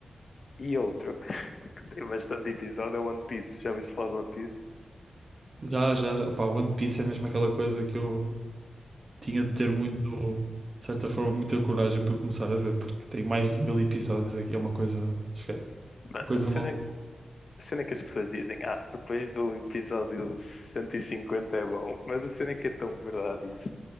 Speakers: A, on the left; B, on the right.
A: E outro, <laughs> que tem bastante episódio, é One Piece. Já ouviste falar de One Piece?
B: Já, já, já. Opá, One Piece é mesmo aquela coisa que eu tinha de ter muito, de certa forma, muita coragem para começar a ver, porque tem mais de mil episódios aqui. É uma coisa, esquece.
A: Mano,
B: Uma Coisa
A: a cena,
B: mal.
A: a cena que as pessoas dizem, ah, depois do episódio 150 é bom, mas a cena é que é tão verdade isso.